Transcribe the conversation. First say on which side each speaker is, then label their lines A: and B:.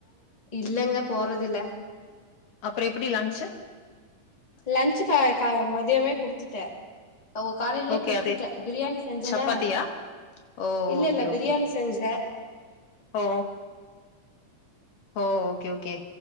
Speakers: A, on the left; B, on the left.
A: இல்லங்க போறதில்ல
B: அப்பற எப்டி லஞ்ச்சு
A: லன்ச்சு கா மதியமே குடுத்துட்டேன் அவ காலயிலே
B: ஓகே
A: குடுத்துட்டேன்
B: அதே
A: பிரியாணி செஞ்சேனே
B: சப்பாத்தியா? ஓ!
A: இல்ல
B: ஓகே,
A: இல்ல
B: ஓகே.
A: பிரியாணி செஞ்சேன்
B: ஓ கும் ஓகே ஓகே